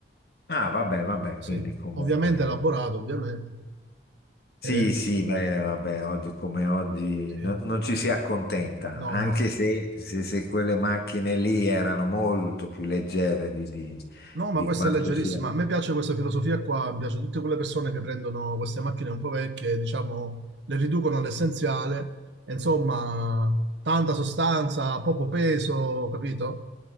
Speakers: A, on the left; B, on the right.
A: Ah, vabbè, vabbè,
B: Sì,
A: quindi comunque...
B: ovviamente elaborato, ovviamente.
A: Sì,
B: Eh,
A: sì, beh, vabbè, oggi come oggi
B: sì.
A: no- non ci si accontenta,
B: No,
A: anche
B: no.
A: se, se- se quelle macchine lì erano molto più leggere di, di-
B: No,
A: di
B: ma questa
A: quanto
B: è leggerissima.
A: sia.
B: A me piace questa filosofia qua, mi piace tutte quelle persone che prendono queste macchine un po' vecchie, diciamo, le riducono all'essenziale, e insomma, tanta sostanza, poco peso, capito?